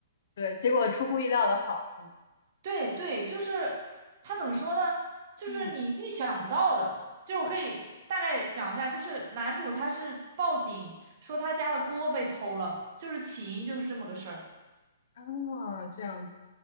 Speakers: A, on the left; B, on the right.
A: 对，结果出乎意料的好是吗？
B: 对对，就是他怎么说呢？就是你预想不到的，
A: 嗯，
B: 就是我可以大概讲一下，就是男主他是报警说他家的锅被偷了，就是起因就是这么个事儿。
A: 啊，这样子，